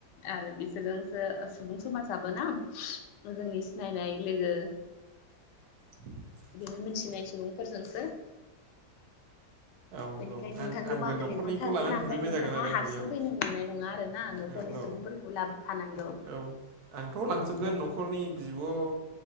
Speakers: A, on the left (about 80°); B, on the right (about 70°).
A: आरो बिसोरजोंसो सुबुं समाजाबोना जोंनि सिनायनाय लोगो
B: <inaudible>
A: बिदिनो मोनथिनाय सुबुंफोरजोंसो
B: औ
A: बेनिखायनो
B: औ आं
A: नोंथांखौबो
B: आंबो
A: आङो
B: न'खरनिखौ
A: लिंहरथारगोन
B: लानानै
A: ओमफ्राय
B: थांजोबनाय
A: नोंथाङा
B: जागोन आरो
A: हारसिं
B: हाबायाव
A: फैनो मोननाय नङा आरो ना न'खरनि
B: औ औ
A: सुबुंफोरखौ लाबोफानांगौ
B: औ आंथ'
A: उम
B: लांजोबगोन
A: न'खर
B: न'खरनि बिब'